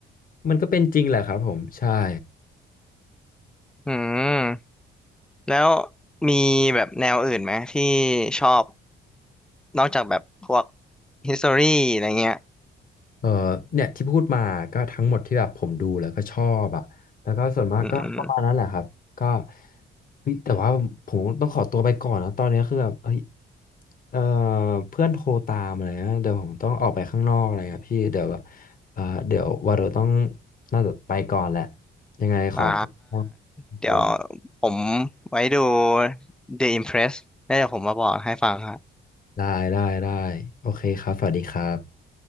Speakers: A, on the left; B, in the centre.
A: มันก็เป็นจริงแหละครับผมใช่
B: อืมแล้วมีแบบแนวอื่นไหมที่ชอบนอกจากแบบพวก history อะไรเงี้ย
A: เออเนี่ยที่พูดมาก็ทั้งหมดที่แบบผมดูแล้วก็ชอบอ่ะแล้วก็ส่วนมากก็ประมาณนั้นแหละครับก็
B: อืม
A: เฮ้ยแต่ว่าผมต้องขอตัวไปก่อนนะตอนนี้คือแบบเฮ้ยเออเพื่อนโทรตามอะไรนะเดี๋ยวผมต้องออกไปข้างนอกอะไรครับพี่เดี๋ยวเออเดี๋ยวว่าเราต้องน่าจะไปก่อนแหละยังไงขอบคุณมาก
B: อ่าเดี๋ยว
A: ครับ
B: ผมไว้ดู The Impress แล้วเดี๋ยวผมมาบอกให้ฟังครับ
A: ได้ได้ได้โอเคครับสวัสดีครับ